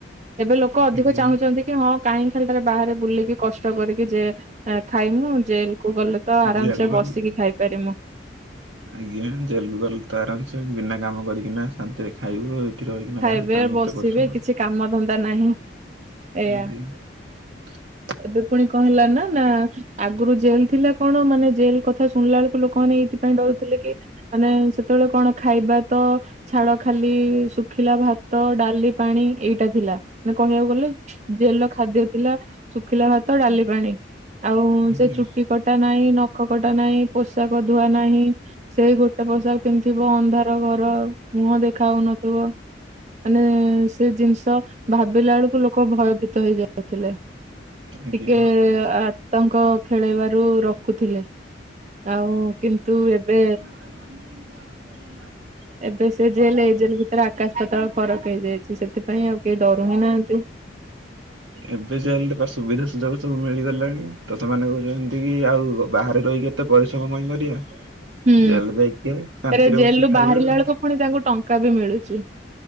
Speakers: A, on the right (about 40°); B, on the right (about 85°).
A: ଏବେ ଲୋକ ଅଧିକ
B: ଆଜ୍ଞା
A: ଚାହୁଁ ହଁ କାହିଁ ଖାଲି ବାହାରେ ବୁଲିକି କଷ୍ଟ କରିକି ଯେ ଖାଇମୁ ଜେଲ କୁ ଗଲେ ତ ଆରାମସେ
B: ଜେଲ ଗଲେ
A: ବସିକି ଖାଇପାରିମୁ।
B: ଆଜ୍ଞା ଜେଲକୁୁ ଗଲେ ତ ଆରାମସେ ବିନା କାମ କରିକିନା ଶାନ୍ତିରେ ଖାଇବୁ। ରହିକିନା ବାହାରେ
A: ଖାଇବେ
B: କାହିଁ
A: ବସିବେ
B: ଏତେ ପରିଶ୍ରମ କରିବୁ
A: କିଛି କାମ ଧନ୍ଦା ନାହିଁ ଏଇଆ।
B: ଆଜ୍ଞା। <inaudible>
A: ଏବେ ପୁଣି କହିଲା ନା ନା ଆଗରୁ ଜେଲ ଥିଲା କଣ ମାନେ ଜେଲ କଥା ଶୁଣିଲା ବେଳକୁ ଲୋକମାନେ ଏଇଥିପାଇଁ ଡରୁଥିଲେ କି ମାନେ ସେତେବେଳେ କଣ ଖାଇବା ତ ଛାଡ ଖାଲି ଶୁଖିଲା ଭା ଭାତ ଡାଲି ପାଣି ଏଇଟା ଥିଲା ମାନେ କହିବାକୁ ଗଲେ ଜେଲ ଖାଦ୍ୟ ଥିଲା ଶୁଖିଲା ଭାତ ଡାଲି ପାଣି ଆଉ
B: ଆଜ୍ଞା
A: ସେ ଚୁଟି କଟା ନାହିଁ, ନଖ କଟା ନାହିଁ, ପୋଷାକ ଧୁଆ ନାହିଁ। ସେଇ ଗୋଟେ ପୋଷାକ ପିନ୍ଧଥିବ ଅନ୍ଧାର ଘର ମୁହଁ ଦେଖା ଆଉନଥୁବ। ମାନେ ସେ ଜିନିଷ ଭାବିଲା ବେଳକୁ ଲୋକ ଭୟଭୀତ ହେଇ ଯାଉଥିଲେ।
B: ଆଜ୍ଞା
A: ଟିକେ ଆ ଆତଙ୍କ ଖେଳବାରୁ ରଖୁଥିଲେ ଆଉ କିନ୍ତୁ ଏବେ
B: <inaudible>
A: ଏବେ ସେ ଜେଲ ଏଇ ଜେଲ ଭିତରେ ଆକାଶ ପାତଳ ଫରକ ହେଇଯାଇଛି ସେଥିପାଇଁ ଆଉ କେହି ଡରୁ ହିଁ ନାହାନ୍ତି।
B: ଏବେ ସେଲେ ସୁବିଧା ସୁଯୋଗ ସବୁ ମିଳିଗଲାଣି ତ ସେମାନେ କହୁଛନ୍ତି କି ଆଉ ବାହାରେ ରହିକି ଏତେ ପରିଶ୍ରମ କାଇଁ କରିବା
A: ହୁଁ
B: ଜେଲ ଯାଇକି ଶାନ୍ତିରେ
A: ତାରେ ଜେଲ
B: ବସିକି
A: ରୁ
B: ଖାଇବା
A: ବାହାରିଲା
B: ଆଉ।
A: ବେଳକୁ ପୁଣି ତାଙ୍କୁ ଟଙ୍କା ବି ମିଳୁଛି